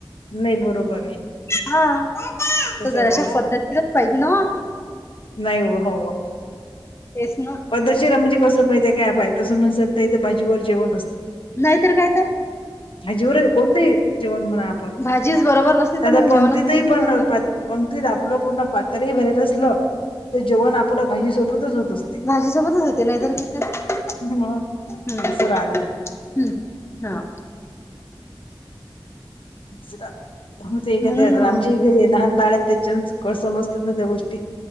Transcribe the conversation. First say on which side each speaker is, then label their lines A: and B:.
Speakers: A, on the left (about 80°); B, on the left (about 30°).
A: नाही बरोबर आहे.
B: हा
A: तसं
B: तर
A: होत
B: जर अशा
A: असते
B: पद्धतीतच पाहिजे ना.
A: नाही हो हो
B: तेच ना
A: पद्धशरा म्हणजे कसं माहितीे काय पा तसं म्हण ते भाजीवर जेवण असते ते
B: नाहीतर काय तर
A: भाजीवर कोणतेही जेवण म्हणा
B: भाजीच बरोबर नसते
A: साधं
B: तर मग
A: पंक्तीतही
B: जेवणच नाहीत ना
A: पण
B: बरोबर
A: पणतीत आपलं पूर्ण पातर भरल असल. ते जवान आपल्याला भाजीसोबतच होत अस
B: माझ्या सोबतच होते नाहीतर काय तर
A: मग
B: हम्म
A: तसं राहते
B: हम्म. हा.
A: जरा हो ते एखाद्या
B: म्हणून अ,
A: आमची हि घरी लहान बाळ आहेत त्यांचच कसं समजतात ना त्या गोष्टी.